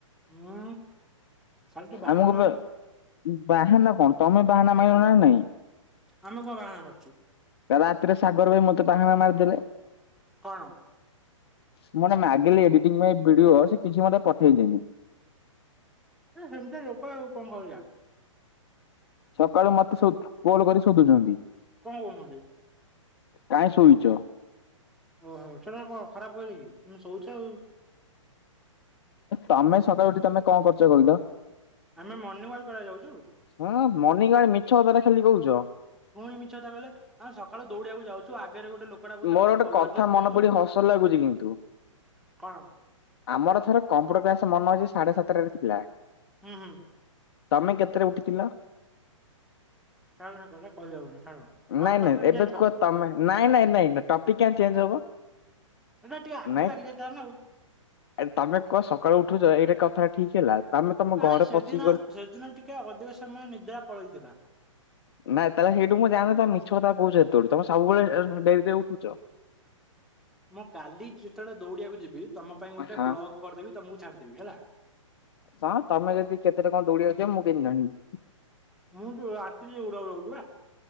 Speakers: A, in the centre; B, on the left.
A: ହୁଁ ଖାଲି ତ ବାହାନା
B: ଆମକୁ ବା
A: ଆଉ।
B: ବାହାନା କଣ ତମେ ବାହାନା ମାରିଲ ନା ନାଇଁ।
A: ଆମେ କଣ ବାହାନା ମାରୁୁଛୁ?
B: ରାତିରେ ସାଗର ଭାଇ ମତେ ବାହାନା ମାରିଦେଲେ।
A: କଣ?
B: ମୁଁ ଗୋଟେ ମାଗିଲି ଏଡିଟିଂ ପାଇଁ ଭିଡିଓ ସେ କିଛି ମତେ ପଠେଇଲେଣି।
A: ହେ ହେମିତିଆ ଲୋକ ଆଉ କଣ କରିବା?
B: ସକାଳୁ ମତେ ସୋ ଫୋନ୍ କରି ଶୋଧୁଛନ୍ତି।
A: କଣ କହୁଛନ୍ତି?
B: କାଇଁ ଶୋଇଛ?
A: ଓହୋ ଚ କଣ ଖରାପ କହିଲେ କି ତମେ ଶୋଉଛ ଆଉ।
B: ତମେ ସକାଳୁ ଉଠି ତମେ କଣ କରୁଛ କହିଲ?
A: ଆମେ ମର୍ଣ୍ଣିଂ ୱାକ୍ କରିବାକୁ ଯାଉଛୁ।
B: ହଁ ମନିଙ୍ଗ ଆଡେ ମିଛ କଥାଟା ଖାଲି କହୁଛ।
A: ପୁଣି ମିଛ କଥା କହିଲେ ଆମେ ସକାଳୁ ଦୌଡିବାକୁ ଯାଉଛୁ। ଆଗରେ ଗୋଟେ ଲୋକଟା ତା
B: ମୋର
A: କତିରୁ
B: ଗୋଟେ
A: କଲରା
B: କଥା
A: ଜୁସ୍ ପିଉଛୁ
B: ମନେ ପଡି ହସ ଲାଗୁଛି କିନ୍ତୁ
A: କଣ
B: ଆମର ଥରେ କମ୍ପ୍ୟୁଟର କ୍ଲାସ ମନେ ଅଛି ସାଢେ ସାତଟାରେ ଥିଲା।
A: ହୁଁ ହୁଁ।
B: ତମେ କେତେରେ ଉଠିଥିଲ?
A: ଛାଡ ସେ କଥା କହିହବନି ଛାଡ ଆଉ
B: ନାଇଁ
A: ଟପିକ୍
B: ନାଇଁ ଏବେ
A: ଚେଞ୍ଜ କର
B: କୁହ ତମେ ନାଇଁ ନାଇଁ ନାଇଁ। ଟପିକ୍ କାଇଁ ଚେଞ୍ଜ ହବ?
A: ଏଟା ଟିକେ ଆଖି
B: ନାଇଁ
A: ଲାଗି ଯାଇଥିଲା ନା ଆଉ।
B: ଏ ତମେ କୁହ ସକାଳୁ ଉଠୁଛ ଏଇଟା କଥା ଠିକ ହେଲା। ତମେ ତମ ଘରେ
A: ଆ ସେଦିନ
B: ପଶିକି ଗଲ
A: ସେଦିନ ଟିକେ ଅଧିକ ସମୟ ନିଦ୍ରା ପଳେଇଥିଲା।
B: ନାଇଁ ତାହେଲେ ହେଇଠୁ ମୁଁ ଜାଣେ ତମେ ମିଛ କଥା କହୁଛ ହେତେଲୁ ତମେ ସବୁବେଳେ ଡରିରେ ଉଠୁଛ। <inaudible>
A: ମୁଁ କାଲି ଯେତେବେଳେ ଦୌଡିିବାକୁ ଯିବି ତମ ପାଇଁ ଗୋଟେ
B: ହଁ
A: ବ୍ଲଗ କରିଦେବି ତମକୁ ଛାଡିଦେବି ହେଲା।
B: ହ ତମେ ଯଦି କେତେରେ କଣ ଦୌଡିବାକୁ ଯିବ ମୁଁ କେମିତି ଜାଣିବି।
A: ମୁଁ ଯୋଉ ରାତିରେ ଦୌଡୁଛି